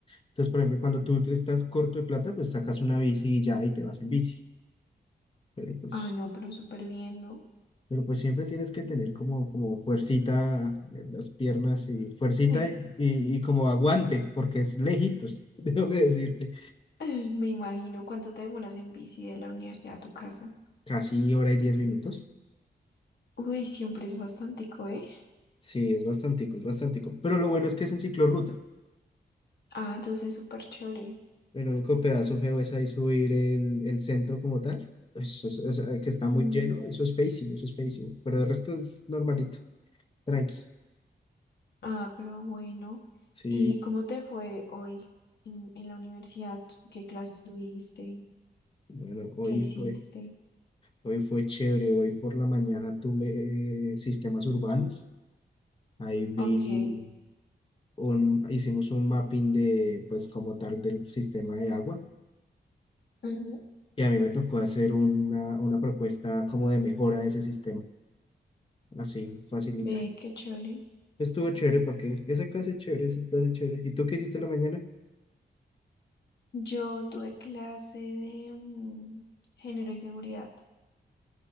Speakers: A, on the left; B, on the left.
A: Entonces, por ejemplo, cuando tú estás corto de plata, pues sacas una bici y ya y te vas en bici. Pero pues,
B: Ah, no, pero súper bien, ¿no?
A: pero pues siempre tienes que tener como, como fuercita en las piernas y fuercita
B: Eh,
A: y, y, y como aguante, porque es lejitos, <laughs> déjame decirte.
B: eh, Me imagino. ¿Cuánto te demoras en bici de la universidad a tu casa?
A: Casi hora y diez minutos.
B: Uy, siempre es bastante, ¿eh?
A: Sí, es bastantico, es bastantico. Pero lo bueno es que es en ciclorruta.
B: Ah, entonces súper chévere.
A: El único pedazo feo es ahí subir el, el centro como tal, Eso es- eso- que está
B: Mm,
A: muy lleno, eso es feísimo, eso es feísimo, pero el resto es normalito, tranqui.
B: Ah, pero bueno.
A: Sí,
B: ¿Y cómo te fue hoy en, en la universidad? ¿Qué clases tuviste?
A: bueno, hoy
B: ¿Qué hiciste?
A: fue, hoy fue chévere, hoy por la mañana tuve eh, sistemas urbanos, ahí vi,
B: Ok,
A: un, hicimos un mapping de, pues como tal, del sistema de agua,
B: Ujú.
A: y a mí me tocó hacer una, una propuesta como de mejora de ese sistema, así facilita.
B: ve, qué chévere.
A: Estuvo chévere, ¿para qué? Esa clase es chévere, esa clase es chévere. ¿Y tú qué hiciste en la mañana?
B: Yo tuve clase de mm, género y seguridad